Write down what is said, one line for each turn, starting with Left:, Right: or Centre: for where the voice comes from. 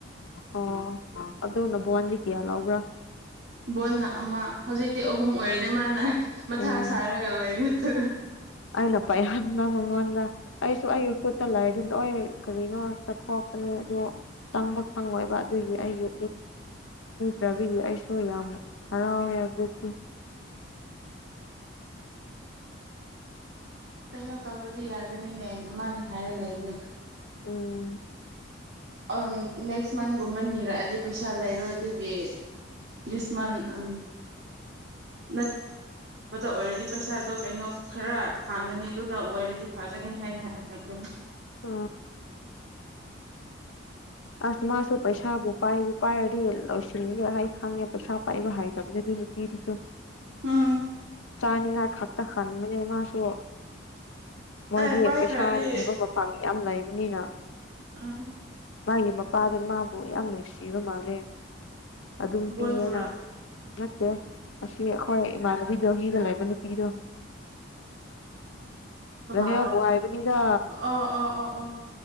Left: ꯑꯣ ꯑꯗꯣꯅꯚꯟꯕꯤ ꯀꯌꯥ ꯂꯥꯎꯕ꯭ꯔꯥ
Right: ꯕꯣꯟꯅ ꯑꯃ ꯍꯧꯖꯤꯛꯇꯤ ꯑꯍꯨꯝ ꯑꯣꯏꯔꯅꯤ ꯃꯥꯅ ꯃꯊꯥ
Left: ꯎꯝ
Right: ꯁꯥꯔꯒ ꯂꯩꯕꯗ
Left: ꯑꯩꯅ ꯄꯥꯏꯍꯟꯕ ꯃꯉꯣꯟꯗ ꯑꯩꯁꯨ ꯑꯩꯒꯤ ꯈꯨꯠꯇ ꯂꯥꯏꯔꯤ ꯂꯣꯏ ꯀꯔꯤꯅꯣ ꯆꯠꯊꯣꯛ ꯗꯣ ꯆꯪꯕ ꯈꯪꯉꯣꯏꯕ ꯑꯗꯨꯒꯤ ꯑꯩꯒꯤ ꯔꯕꯤꯒꯤ ꯑꯩꯁꯨ ꯌꯥꯝ ꯍꯔꯥꯎꯔꯦ ꯍꯧꯦꯛꯇ
Right: ꯀꯩꯅꯣ ꯇꯧꯔꯗꯤ ꯌꯥꯒꯅꯤꯅꯦ ꯃꯥꯅ ꯍꯥꯏꯔ ꯂꯩꯅ
Left: ꯎꯝ
Right: ꯑ ꯅꯦꯛꯁ ꯃꯟꯒꯨꯝꯕ ꯅꯤꯔꯛꯑꯗꯤ ꯄꯩꯁꯥ ꯂꯩꯔꯣꯏ ꯑꯗꯨꯒꯤ ꯌꯁꯃꯥꯟ ꯑ ꯅ ꯑꯗꯨꯗ ꯑꯣꯏꯔꯗꯤ ꯄꯩꯁꯥꯗꯣ ꯀꯩꯅꯣ ꯈꯔ ꯍꯥꯡꯒꯅꯤ ꯑꯗꯨꯗ ꯑꯣꯏꯔꯗꯤ ꯐꯒꯅꯤ ꯍꯥꯏꯅ ꯍꯥꯏꯒꯕꯅꯤ
Left: ꯑ ꯑꯁ ꯃꯥꯁꯨ ꯄꯩꯁꯥꯕꯨ ꯄꯥꯏꯕꯨ ꯄꯥꯏꯔꯗꯤ ꯂꯣꯏꯁꯤꯟꯦ ꯑꯩ ꯈꯪꯉꯦ ꯄꯩꯁꯥ ꯄꯥꯏꯕ ꯍꯥꯏꯗꯕꯅꯤ ꯑꯗꯨꯅꯤ ꯑꯦꯔꯤꯁꯨꯣ
Right: ꯎꯝ
Left: ꯆꯥꯅꯤꯉꯥꯏ ꯈꯥꯛꯛꯇ ꯈꯥꯟꯕꯅꯦ ꯃꯥꯁꯨ ꯃꯣꯏꯗꯤ
Right: ꯑꯦ ꯄꯥꯏꯈ꯭ꯔꯗꯤ
Left: ꯄꯩꯁꯥ ꯅꯤꯕ ꯃꯄꯥꯝ ꯌꯥꯝ ꯂꯩꯕꯅꯤꯅ
Right: ꯎꯝ
Left: ꯃꯥꯒꯤ ꯃꯄꯥꯗ ꯃꯥꯕꯨ ꯌꯥꯝ ꯅꯨꯡꯁꯤꯕ ꯃꯥꯜꯂꯦ ꯑꯗꯨꯝ
Right: ꯕꯣꯟꯕꯨꯔꯥ
Left: ꯄꯤꯌꯦꯅ ꯅꯠꯇꯦ ꯑꯁꯤ ꯍꯣꯏ ꯏꯃꯥꯟꯅꯕꯤꯗꯨꯒꯤꯒ ꯂꯩꯕ ꯅꯨꯄꯤꯗꯣ
Right: ꯀꯅꯥꯔꯣ
Left: ꯔ ꯍꯦ ꯉꯥꯏꯕꯅꯤꯗ
Right: ꯑꯣ ꯑꯣ ꯑꯣ ꯑꯣ